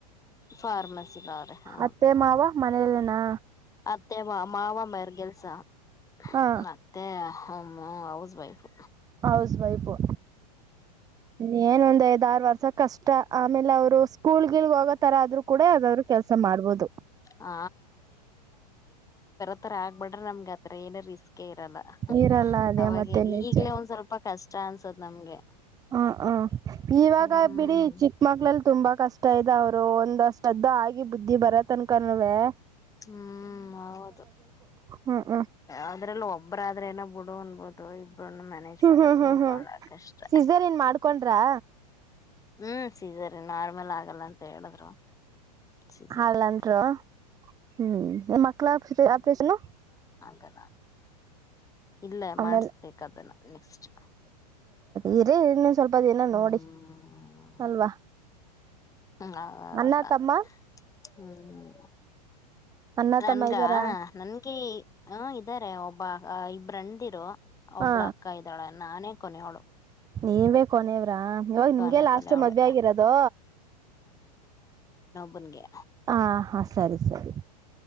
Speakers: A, on the left (about 15°); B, on the right (about 15°).
A: ಫಾರ್ಮಸಿಲ್ರೆ ಹೌದು
B: ಅತ್ತೆ ಮಾವ ಮನೇಲೆನಾ
A: ಮತ್ತೆ ಮಾವ ಮರ್ಗೆಲ್ ಹ್ಮ್ಮ್.
B: ಹಾ
A: ಮತ್ತೆ ಹ ಹೌಸ್ ವೈಫು
B: ಹೌಸ್ ವೈಫು ನ್ ಒಂದು ಐದ್ಾರು ವರ್ಷ ಕಷ್ಟ ಆಮೇಲೆ ಅವ್ರು ಸ್ಕೂಲ್ ಗಿಲ್ ಹೋಗ ತರ ಆದ್ರರು ಕೂಡ ಯಾವಾದ್ರು ಕೆಲ್ಸ ಮಾಡ್ಬೋದು
A: ಹ ಆರ ಆಗ್ಬಡ್ರ ನಮ್ ಹತ್ರ ಏನ ರಿಸ್ಕ್ ಅೆ ಇರಲ್ಲ
B: ಇರಲ್ಲ ಅದೇ
A: ಅವಾಗೇ
B: ಮತ್ತೆ ನಿಜ
A: ಈಗ್ಲೇ ಒಂದ್ ಸ್ವಲ್ಪ ಕಷ್ಟ ಅನ್ಸದ ನಮ್ಗೆ
B: ಹ ಹ ಇವಾಗ
A: ಹ್ಮ್
B: ಬಿಡಿ ಚಿಕ್ಕಮಗ್ಳ ತುಂಬಾ ಕಷ್ಟ ಇದ್ದ ಅವ್ರು ಒಂದ್ಷ್ಟದ್ದ ಆಗಿ ಬುದ್ಧಿ ಬರತ್ ಅನ್ಕೊಂಡವವೆ
A: ಹ್ಮ್ ಹೌದು
B: ಹ್ಮ್ ಹ್ಮ್
A: ಅದ್ರಲ್ಲ ಒಬ್ಬರಾದ್ರೆ ಏನ ಬಿಡು ಅನ್ಬೋದು ಾಯ ಮ್ಯಾನೇಜ್ ಮಾಡೋದು
B: ಹ್ಮ್ ಹ್ಮ್ ಹ್ಮ್ ಹ್ಮ್
A: ಬಹಳ ಕಷ್ಟ
B: ಸಿಸರ್ ಏನ್ ಮಾಡ್ಕೊಂಡ್ರಾ
A: ಹ್ಮ್ ಸೀಸನ್ ನಾರ್ಮಲ್ ಆಗಲ್ಲ ಅಂತ ಹೇಳಿದ್ರು ಸೀಸರಿ
B: ಆಲ್ ಅಂದ್ರು ಹ್ಮ್ ಎ ಕಲೇಶನು <inaudible>
A: ಕದ ಇಲ್ಲ
B: ಆಮೇಲೆ
A: ಮಾಡಸ್ಬೇಕದನ್ನು ನೆಕ್ಸ್ಟ್
B: ಈರ ಸ್ವಲ್ಪದೇನ
A: ಹ್ಮ್
B: ನೋಡಿ ಅಲ್ವಾ
A: ಹೌದಾ
B: ಅ್ಣ ತಮ್ಮ
A: ಹ್ಮ್
B: ಅಣ್ಣ
A: ನನ್ಗ
B: ತಮ್ಮ ಇದ್ದಾರ
A: ನನ್ಗೆ ಹ ಇದ್ದಾರೆ ಒಬ್ಬ ಬ್ರಂದಿರೋ ಒಬ್ಳ
B: ಹಾ
A: ಅಕ್ಕ ಇದ್ದಾಳ ನಾನೇ ಕೊನೋಳು
B: ನೀವೇ ಕೊನೆ ಇವಾಗ
A: ಕೊನೆ
B: ನಿಮ್ಗೆಲ್ಲ
A: ಕೊನೆಯವಳು
B: ಅಾಷ್ಟು ಮದುವೆ ಆಗಿರೋದು
A: ಬಂದಗೆ
B: ಹ ಹಾ ಸರಿ ಸರಿ